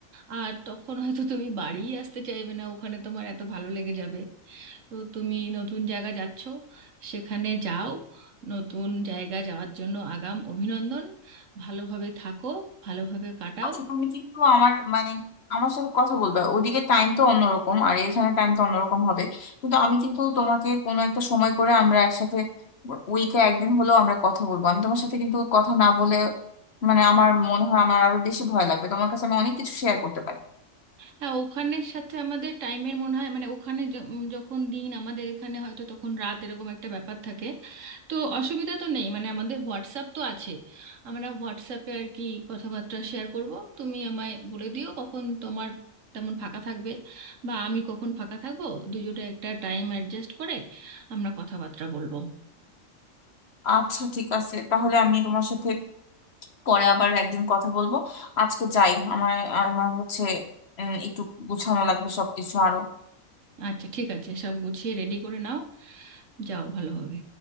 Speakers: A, on the right; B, on the left.
A: আর তখন হয়তো তুমি বাড়িই আসতে চাইবে না ওখানে তোমার এত ভালো লেগে যাবে তো তুমি নতুন জায়গা যাচ্ছ সেখানে যাও নতুন জায়গা যাওয়ার জন্য আগাম অভিনন্দন ভালোভাবে থাকো ভালোভাবে কাটাও
B: আচ্ছা তুমি কিন্তু আমার মানে আমার সাথে কথা বলবে ওদিকে টাইম তো অন্যরকম আর এখানে টাইম তো অন্যরকম হবে কিন্তু আমি কিন্তু তোমাকে কোনো একটা সময় করে আমরা একসাথে উইকে একদিন হলেও আমরা কথা বলবো আমি তোমার সাথে কিন্তু কথা না বলে মানে আমার মনে হয় আমার আরো বেশি ভয় লাগবে তোমার কাছে আমি অনেক কিছু শেয়ার করতে পারি
A: হ্যাঁ ওখানের সাথে আমাদের টাইমের মনে হয় মানে ওখানে য- উম, যখন দিন আমাদের এখানে হয়তো তখন রাত এরকম একটা ব্যাপার থাকে তো অসুবিধা তো নেই মানে আমাদের হোয়াটসঅ্যাপ তো আছে আমরা হোয়াটসঅ্যাপে আর কি কথাবার্তা শেয়ার করব তুমি আমায় বলে দিও কখন তোমার তেমন ফাঁকা থাকবে বা আমি কখন ফাঁকা থাকবো দুজোটা একটা টাইম অ্যাডজাস্ট করে আমরা কথাবার্তা বলবো
B: আচ্ছা ঠিক আছে তাহলে আমি তোমার সাথে পরে আবার একদিন কথা বলবো আজকে যাই আমার আমার হচ্ছে উম, একটু গুছানো লাগবে সবকিছু আরো
A: আচ্ছা ঠিক আছে সব গুছিয়ে রেডি করে নাও যাও ভালোভাবে